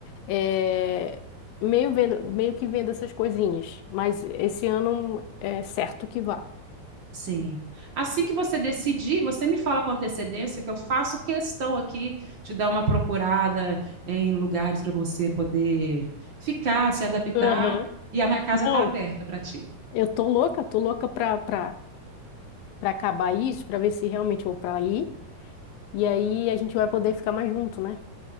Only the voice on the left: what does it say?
é meio vendo, meio que vendo essas coisinhas. Mas esse ano é certo que vá.
Aham.
Não,
eu tô louca, tô louca pra, pra para acabar isso, para ver se realmente eu vou para aí. E aí a gente vai poder ficar mais junto, né?